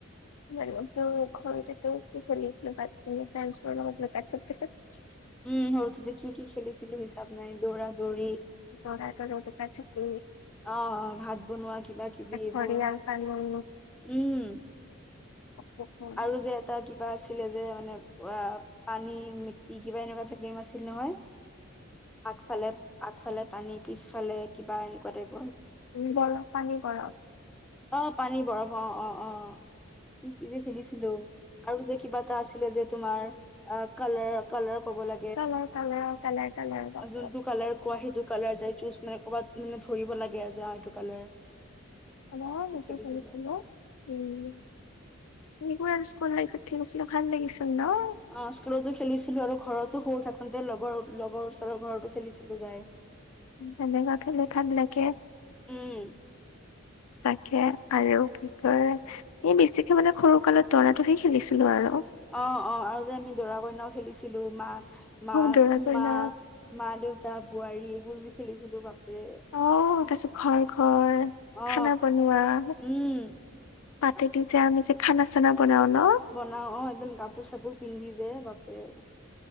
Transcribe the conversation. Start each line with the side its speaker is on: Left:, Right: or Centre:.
Left: <unintelligible>
Centre: উম, সৰুতে যে কি কি খেলিছিলো হিচাপ নাই দৌৰা-দৌৰ
Left: তৰা <unintelligible>
Centre: আহ, ভাত বনোৱা কিবা-কিবি এইবোৰ,
Left: ঘৰিয়াল পালোঁ
Centre: উম।
Left: বৰফ
Centre: আৰু যে এটা কিবা আছ ছিলে যে মানে অ' পানী, মিট্টি কিবা এনেকুৱা এটা গেম আছিল নহয়। আগফালে-আগফালে পানী পিছফালে কিবা এনেকুৱা টাইপ।
Left: তুমি বৰফ পানি কৰা।
Centre: অ' পানী বৰফ, অ' অ' অ' কি কি যে। শুনিছিলো আৰু যে কিবা এটা আছিলে যে তোমাৰ অ, কালাৰ-কালাৰ ল
Left: কালাৰ কালাৰ কালাৰ কালাৰ বাপৰে
Centre: যোনটো কালাৰ কোৱা সেইটো কালাৰ য চুজ মানে কৰ'ৰবাত মানে ধৰিব লাগে আৰু অ এইটো কালাৰ।
Left: <unintelligible> মজ
Centre: কি কি খেলিছিলো
Left: চালছিলিলো উম, পোৰা স্কুল লাইফত থঠিক আছিলো ভাল লাগিছিল ন।
Centre: অ, স্কুলতো খেলিছিলো আৰু ঘৰতো সৰু থাকোতে লগৰ-লগৰ ওচৰৰ ঘৰতো খেলিছিলো যাই।
Left: তেনেকুৱা খেলি ভাল লাগে।
Centre: উম
Left: তাকে আৰু কি কয় এই বেছিকে মানে সৰু কালত টৰ্না টফি খেলিছিলো আৰু
Centre: অ', অ', আৰু যে আমি দৰা কইনাও খেলিছো ছিলো মা-মা-মা-মা,
Left: দৌৰা কইনা
Centre: দেউতা, বোৱাৰী এইবোৰ যে খেলিছিলো বাপৰে।
Left: অ, তাৰপিছত ঘৰ-ঘৰ হয়
Centre: অ
Left: খানা বনোৱা মাতেতিদি
Centre: উম বাপৰে।
Left: যে আমি যে খানা বনাওঁ ন।
Centre: বনাও অ একদম কাপোৰ চাপোৰ পিন্ধি যে বাপৰে।